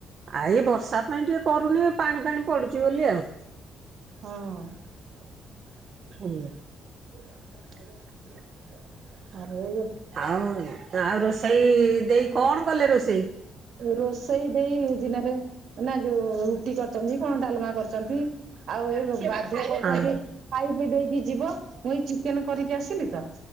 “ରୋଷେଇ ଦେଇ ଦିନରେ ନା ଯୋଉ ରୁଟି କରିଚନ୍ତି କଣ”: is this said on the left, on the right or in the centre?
Right